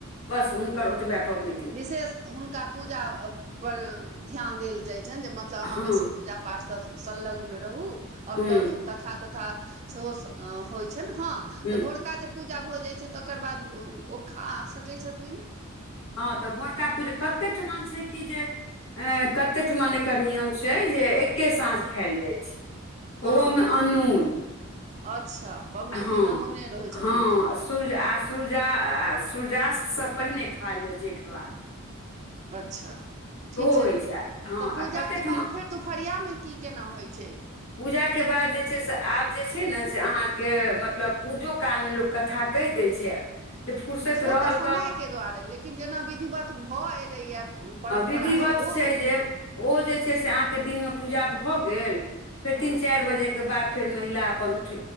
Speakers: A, on the left (about 75°); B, on the right (about 35°).
A: बस हुनक ओतबै पबनी
B: विशेष हुनका पूजा पर ध्यान देल जाइ छनि जे मतलब
A: हँ
B: अहाँ बेसी पूजा पाठसँ सलग्न रहू आओर
A: हूँ
B: करू कथा तथा सेहो होइ छैन हँ
A: हूँ
B: तऽ भोरका जे पूजा भऽ जाइ छै तकर बाद ओ खा सकै छथिन
A: हँ तऽ भोरका पूजा कते ठमा छै कि जे ऐ कते ठुमन एकर नियम छै जे एके साँझ खायल जाय छै
B: हँ
A: ओहोमे अनून
B: अच्छा पबनैतिन
A: हँ,
B: अनोने रहै
A: हँ,
B: छथिन ओतेक दिन
A: सूर्य अस्त सूर्यास्तसँ पहिने खा लिआ जे खेबाक अइ
B: अच्छा ठीक छै,
A: होइ हँ
B: तऽ पूजा
A: आ कते
B: के
A: ठमा
B: बाद फेर दुपरिया मे कि केना होइ छै
A: पूजाके बाद जे छै से आब जे छै ने से अहाँकेँ मतलब पूजो कालमे लोक कथा कहि दै छै। जे फुर्सैत
B: से
A: रहल
B: तऽ समय के दुआरे लेकिन जेना विधिवत भऽ एलैए परम्परासँ
A: आ विधिवत
B: ओके
A: छै जे ओ जे छै से अहाँकेँ दिनमे पूजा भऽ गेल फेर
B: हँ
A: तीन चारि बजेके बाद फेर महिला अपन उठ